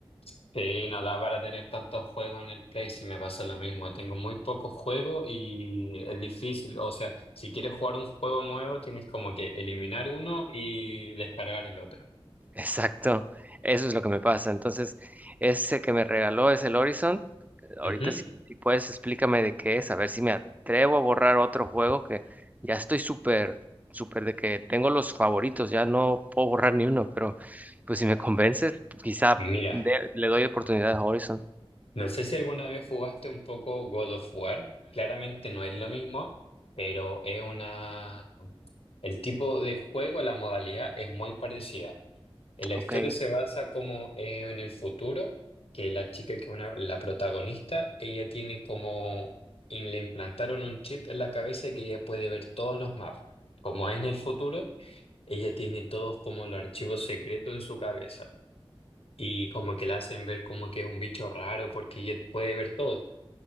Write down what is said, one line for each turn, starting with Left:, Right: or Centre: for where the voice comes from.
Left: Sí, no da para tener tantos juegos en el Play, si me pasa lo mismo. Tengo muy pocos juegos y es difícil. O sea, si quieres jugar un juego nuevo, tienes como que eliminar uno y descargar el otro.
Right: Exacto, eso es lo que me pasa. Entonces, ese que me regaló es el Horizon. Ahorita
Left: Ujú.
Right: si, si puedes explícame de qué es, a ver si me atrevo a borrar otro juego que ya estoy súper, súper de que tengo los favoritos, ya no puedo borrar ni uno, pero pues si me convences, quizá
Left: Mira,
Right: de- le doy oportunidad a Horizon.
Left: no sé si alguna vez jugaste un poco God of War. Claramente no es lo mismo, pero es una... El tipo de juego, la modalidad es muy parecida. En La historia
Right: Ok,
Left: se basa como eh, en el futuro, que la chica que es una, la protagonista, ella tiene como, y le implantaron un chip en la cabeza que ella puede ver todos los mapas. Como es en el futuro, ella tiene todos como los archivos secretos en su cabeza. Y como que la hacen ver como que es un bicho raro porque ella puede ver todo.